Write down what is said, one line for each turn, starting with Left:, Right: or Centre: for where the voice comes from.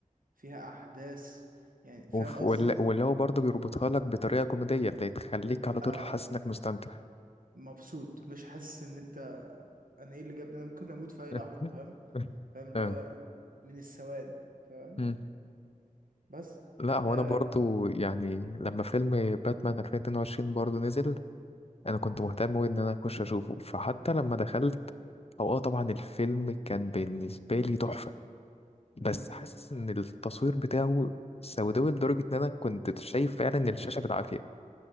Right: فيها أحداث يعني فاهم
Left: وف...
Right: قصدي
Left: ولا... ولا هو برضه بيربطها لك بطريقة كوميدية اللي تخليك على طول
Right: آه
Left: حاسس انك مستمتع
Right: مبسوط مش حاسس إن أنت أنا إيه اللي جابني أنا ممكن أموت في أي
Left: <laughs>
Right: لحظة فاهم فاهم اللي
Left: آه.
Right: هو من السواد فاهم
Left: مم.
Right: بس
Left: لا
Right: فده
Left: هو انا برضو يعني لما فيلم باتمان 2022 برضو نزل انا كنت مهتم أوي ان انا اخش اشوفه فحتى لما دخلت او اه طبعا الفيلم كان بالنسبة لي تحفة بس
Right: مم.
Left: حاسس ان التصوير بتاعه سوداوي لدرجة ان انا كنت شايف فعلا الشاشة بالعافية